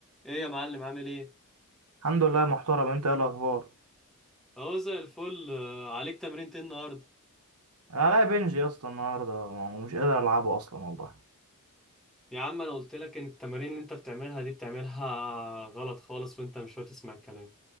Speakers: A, in the centre; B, on the right (about 80°).
A: ايه يا معلم عامل ايه
B: الحمد لله محترم انت ايه الاخبار
A: اهو زي الفل آه، عليك تمرين ايه النهارده
B: انا بنج يا اسطى النهارده ومش قادر العبه اصلا والله
A: يا عم انا قلت لك ان التمارين اللي انت بتعملها دي بتعملها غلط خالص وانت مش هتسمع الكلام